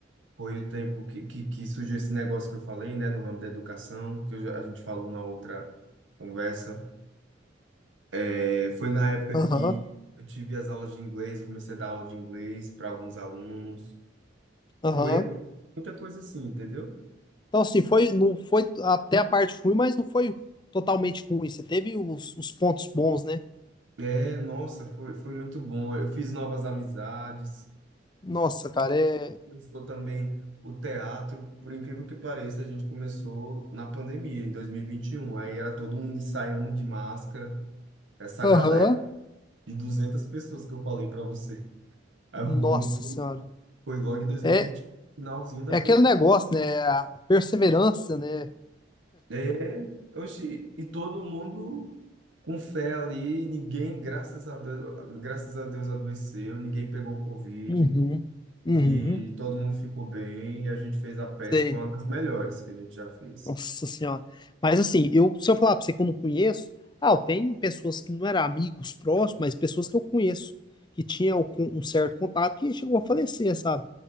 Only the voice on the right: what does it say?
foi o tempo que, que, que surgiu esse negócio que eu falei, né, no ramo da educação, que eu já- a gente falou na outra conversa. É, foi na época
que eu tive as aulas de inglês, comecei a dar aula de inglês para alguns alunos.
Foi muita coisa assim, entendeu?
É, nossa, foi, foi muito bom. Eu fiz novas amizades.
começou também o teatro, por incrível que pareça, a gente começou na pandemia, em 2021. Aí era todo mundo ensaiando de máscara, essa
galera de 200 pessoas que eu falei para você. Aí
o mu-
foi logo em 2020,
finalzinho da
pandemia.
É, oxi, e todo mundo com fé ali, ninguém, graças a Deus, graças a Deus adoeceu, ninguém pegou Covid
e todo mundo ficou bem. E a gente fez a peça,
foi uma das melhores que a gente já fez.